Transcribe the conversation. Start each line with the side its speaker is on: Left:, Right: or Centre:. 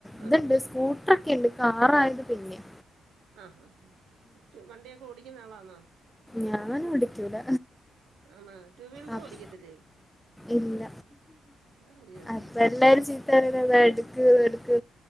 Centre: ഇതുണ്ട്
Right: ആഹ്
Centre: സ്കൂട്ടർ ഒക്കെ ഉണ്ട് കാറായത് പിന്നെയാ
Right: ആഹ് ഹാ ഹാ വണ്ടി ഒക്കെ ഓടിക്കുന്ന ആളാണോ
Centre: ഞാൻ ഓടിക്കൂല
Right: ആണോ ടു വീലർ
Centre: ആഹ്
Right: ഓടിക്കത്തില്ലേ
Centre: ഇല്ല
Right: അയ്യടാ
Centre: അപ്പ എല്ലാരും ചീത്ത പറയുന്നത് അതാ എടുക്ക് എടുക്ക്